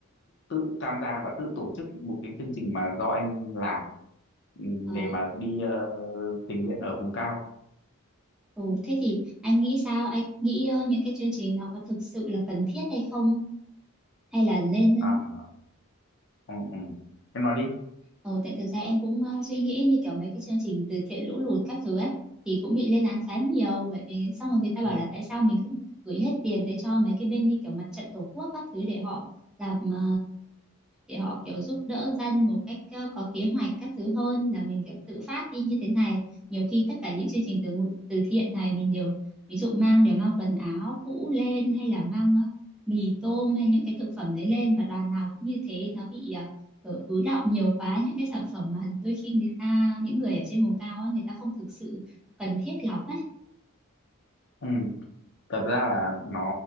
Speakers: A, on the left; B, in the centre.
A: tự tham gia và tự tổ chức một cái chương trình mà do anh làm ừ,
B: Ờ,
A: để mà đi ờ, tình nguyện ở vùng cao
B: ừ, thế thì anh nghĩ sao? Anh nghĩ ờ, những cái chương trình nó có thực sự là cần thiết hay không? Hay là nên
A: à, ừ, ừ. em nói đi
B: Ờ, tại thực ra em cũng ờ, suy nghĩ như kiểu mấy cái chương trình từ thiện lũ lụt các thứ ấy thì cũng bị lên án khá nhiều bởi vì xong rồi người ta bảo
A: ừ.
B: là tại sao mình không gửi hết tiền tới cho mấy cái bên như kiểu mặt trận tổ quốc các thứ để họ làm ờ, để họ kiểu giúp đỡ dân một cách ờ, có kế hoạch các thứ hơn là mình kiểu tự phát đi như thế này nhiều khi tất cả những chương trình từ ngụ- từ thiện này mình đều ví dụ mang đều mang quần áo cũ lên hay là mang ờ, mì tôm hay những cái thực phẩm đấy lên và đoàn nào cũng như thế nó bị ờ, ờ, ứ đọng nhiều quá những cái sản phẩm mà đôi khi người ta những người ở trên vùng cao á, người ta không thực sự cần thiết lắm ấy
A: Ừ. thật ra là nó